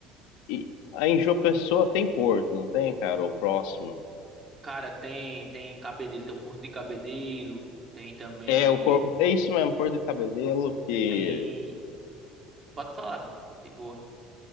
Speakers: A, on the left; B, on the right.
A: e aí em João Pessoa tem porto, não tem, cara, ou próximo.
B: Cara, tem, tem Cabedelo, tem o Porto de Cabedelo, tem também.
A: É, o cor- é isso mesmo, Porto de Cabedelo, que,
B: Tem. Pode falar, velho. De boa.